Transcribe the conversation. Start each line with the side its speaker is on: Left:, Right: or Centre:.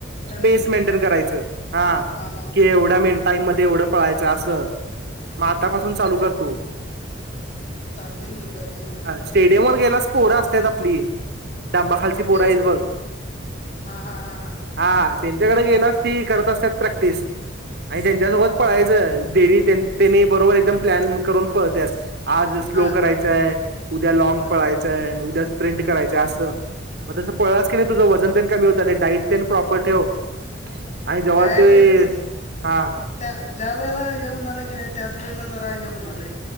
Right: स्पेस
Left: रनिंग
Right: मेंटेन करायचं हा.
Left: हा
Right: कि
Left: हा
Right: एवढा मिन टाईम मधे एवढं पळायचं असं. म आतापासून चालू
Left: सवय
Right: करतो.
Left: चालतय ये करतोय
Right: स्टेडियमवर गेलास पोर असत्यात आपली. डांबाखालची पोर
Left: स्टेड
Right: आहेत बघ
Left: हा हा हा
Right: हा त्यां. त्याकडे गेलास ती करत असत्यात प्रॅक्टिस. आणि त्यांच्यासोबत पळायचं, डेली त्यांनी बरोबर एकदम प्लॅन करून पळत्यात. आज स्लो
Left: हा
Right: करायचय उद्या लॉग
Left: हा
Right: पळायचय उद्या स्प्रिंट करायचय असं मग तसं पळलास
Left: हा
Right: की नाही तुझं वजन पण कमी होतं आणि डाईट स्किन प्रॉपर ठेव. आणि जव्हा
Left: डायट
Right: ते
Left: तेच
Right: हा
Left: त्या ज्या वेळेला येऊनार. आहे की नाही त्याच वेळेला जरा हे होणार रे